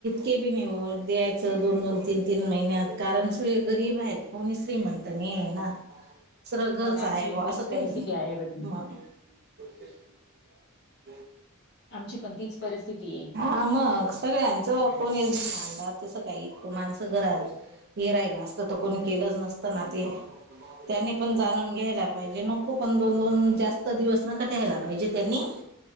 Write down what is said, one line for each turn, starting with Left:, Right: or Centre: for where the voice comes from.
Right: ते बी नाही होऊ द्यायचं, दोन दोन-दोन, तीन-तीन महिन्यात कारण सगळे गरीब आहेत. कोणी श्रीमंत नाही आहे ना. सरळ घरच
Left: मग
Right: आहे
Left: आमची
Right: बा
Left: व तीच
Right: असं
Left: परिस्थिती
Right: काहीच नाही
Left: आहे बर ती
Right: <inaudible>
Left: आमची पण तीच परिस्थिती आहे.
Right: हा मग सगळ्यांचं कोण माणत तसं काही इ माणसं घरात हे राहिला असत, तर कोणी केलंच नसतं ना ते त्यांनी पण जाणून घ्यायला पाहिजे. नक दोन- दोन जास्त दिवसला पाहिजे त्यांनी